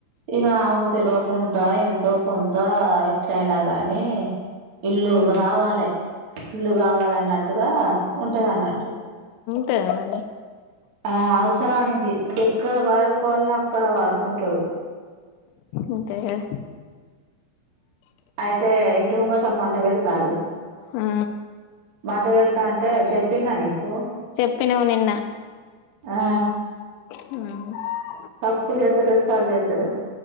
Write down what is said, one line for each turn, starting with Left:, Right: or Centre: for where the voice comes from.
Right: ఇక ఆమెకు తెలియకుండా ఇంత ఎంతోకొంతా ఎట్లైన కానీ ఇల్లు రావాలే ఇల్లు కావాలన్నట్టుగా ఉంటది అన్నట్టు
Left: తేలని
Right: ఆ అవసరానికి ఎక్కడ వాడుకోవాల అక్కడ వాడుకుంటాడు
Left: అంతేగా
Right: అయితే ఇంటి ముంగట టమాట వెడతాలు
Left: ఆ
Right: మంటవేడుతంటే చెప్పిన్న నీ కు
Left: చెప్పినవు నిన్న
Right: ఆ
Left: హు
Right: సప్పుడు జేత్తలేవ్ సరి జే త్తలేర్